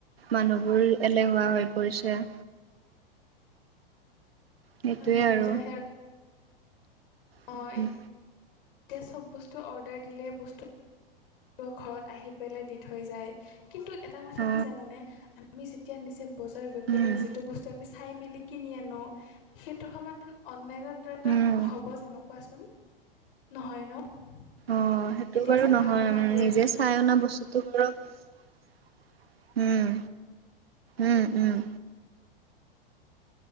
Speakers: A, on the right; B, on the left.
A: মানুহবোৰ এলেহুৱা হৈ পৰিছে। সেইটোয়ে
B: হয়
A: আৰু।
B: এতিয়া
A: উম।
B: অ' এতিয়া চব বস্তু অৰ্ডাৰ দিলে বস্তু ঘৰত আহি পেলাই দি থৈ যায়, কিন্তু এটা কথা
A: অ
B: কি জানানে? আমি যেতিয়া নিজে বজাৰ গৈ
A: উম
B: পেলাই যিটো বস্তু আমি চাই-মেলি কিনি আনো, সেইটো সমান অনলাইনত <unintelligible>
A: উম
B: হ'ব জানো, কোৱাচোন- নহয় ন?
A: অ', সেইটো
B: এতিয়া
A: বাৰু
B: চাবা
A: নহয়।
B: আমি
A: উম,
B: কাপোৰ
A: নিজে
B: এযোৰ
A: চাই
B: কিনি
A: অনা বস্তুটো বাৰু উম, উম, উম।